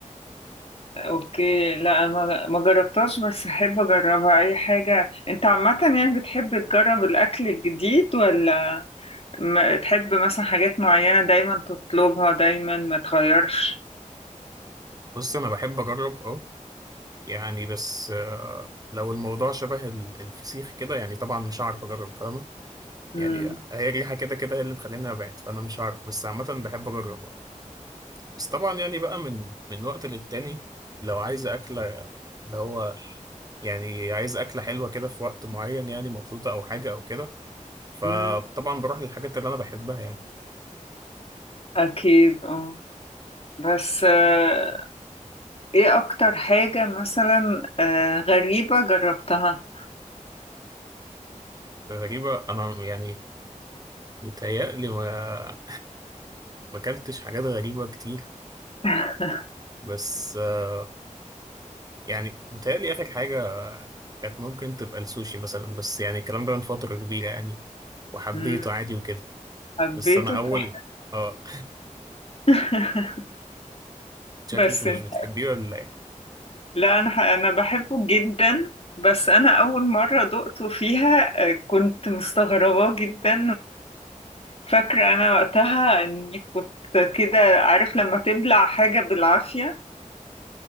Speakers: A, on the left (about 45°); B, on the right (about 30°).
A: اوكي لا ما ما جربتهاش بس احب اجربها اي حاجة انت عامة يعني بتحب تجرب الاكل الجديد ولا ما تحب مثلا حاجات معينة دايما تطلبها دايما ما تغيرش
B: بص انا بحب اجرب اه يعني بس آه، لو الموضوع شبه ال- الفسيخ كده يعني طبعا مش هعرف اجرب فاهمه يعني
A: مم.
B: هي الريحه كده كده هي اللي مخليني ابعد فانا مش هعرف بس عامه بحب اجرب آه. بس طبعا يعني بقى من من وقت للتاني لو عايز اكله اللي هو يعني عايز اكله حلوه كده في وقت معين يعني مبسوطه او حاجه او كده فطبعا
A: مم.
B: بروح للحاجات اللي انا بحبها يعني
A: أكيد اه بس آه، ايه أكتر حاجة مثلا آه، غريبة جربتها
B: غريبه انا يعني متهيألي ما ما اكلتش حاجات غريبه كتير
A: <laughs>
B: بس آه، يعني متهيألي آخر حاجة كانت ممكن تبقى السوشي مثلا بس يعني الكلام ده من فترة كبيرة يعني وحبيته
A: مم.
B: عادي وكده
A: حبيته
B: بس أنا أول
A: طبعا
B: آه
A: <laughs>
B: <laughs> شكلك
A: بس
B: مش
A: انت
B: بتحبيه ولا إيه؟
A: لا أنا ح- أنا بحبه جدا بس أنا أول مرة دقته فيها آه، كنت مستغربة جدا وفاكرة أنا وقتها إني كنت كده عارف لما تبلع حاجة بالعافية